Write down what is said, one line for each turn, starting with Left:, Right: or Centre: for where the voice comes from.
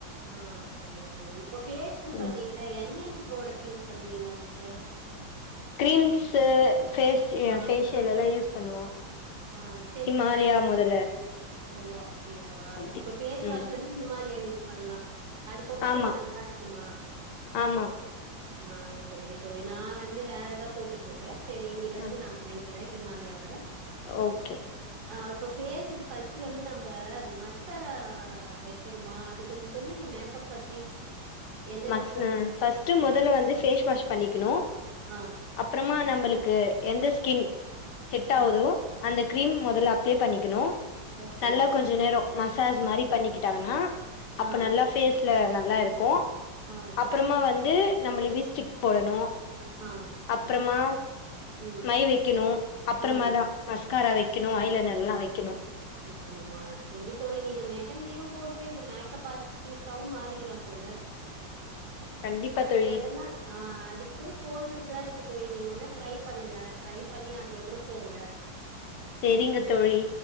Right: ஆ செரி தோழி இப்ப பேஸ்ட்ன்னு
Left: ம்
Right: சொன்னீங்ல என்னென்ன ப்ரடக்ட் யூஸ் பண்ணுவீங்க அதுக்கு
Left: கிரீம்ஸு ஃபேஷியல்
Right: ஆ,
Left: எல்லாம் யூஸ் பண்ணுவோ
Right: ஆ செரி
Left: ஹிமாலயா
Right: இப்ப
Left: மொதல்ல
Right: ஓ அப்படியா
Left: அப்டி
Right: இப்ப பேஸ் வாஷ்
Left: ம்
Right: வந்து ஹிமாலயா யூஸ் பண்லா அது போட்டா
Left: ஆமா
Right: கொஞ்சோ நல்லா இருக்குமா
Left: ஆமா
Right: ஆ செரி தோழி நா வந்து வேற தா போட்டுட்டு இருக்கே செரி இன்னைல இருந்து
Left: ஆ
Right: நான் வாங்க்கிறே இமாலயாவ
Left: ஓகே
Right: ஆ இப்ப ஃபேஸ்க்கு ஃபர்ஸ்ட் வந்து நம்ப மஸ்கரா வைக்கணுமா அதுக் கொஞ்சோ சொல்லுங்க மெக்கப் பத்தி என்னென்ன
Left: மஸ்
Right: பண்ணணும்?
Left: முதல வந்து ஃபேஸ் வாஷ் பண்ணிக்கணு
Right: ஆ,
Left: அப்பறமா நம் உங்களுக்கு எந்த ஸ்கின் செட் ஆவுதோ
Right: ஆ.
Left: அந்த க்ரீம் முதல்ல அப்ளை பண்ணிக்கணு
Right: ஓகே,
Left: நல்லா
Right: ஓகே.
Left: கொஞ்சோ
Right: தோழி.
Left: நேரோ மசாஜ் மாதிரி
Right: ம்.
Left: பண்ணிக்கிட்டாங்கன்னா அப்ப
Right: ஆ.
Left: நல்லா ஃபேஸ்ல நல்லா இருக்கூ
Right: ஆ,
Left: அப்புறமா வந்து நம்பள வீஸ்டிக் போடணு
Right: ஆ.
Left: அப்புறமா
Right: ம்,
Left: மை வெக்கிணு அப்புறமாதா
Right: ம்.
Left: மஸ்காரா வெக்கி இன்னு வாயில நல்லா வைக்கணு
Right: வெக்கிணுமா சேரி தோழி நீங்க மெஹந்தியும் போட்டு இந்த மேக்கப் ஆர்டிஸ்ட்டாவும் மாறிட்லா போல
Left: கண்டிப்பா
Right: அதுக்கு
Left: தோழி
Right: என்னன்னா ஆ அதுக் கூட கோர்சஸ் லா இருக் க்கு தோழி நீங்க வேண்னா ட்ரை பண்ணுங்க ட்ரை பண்ணி அதுல கூட போங்க
Left: செரிங்க தோழி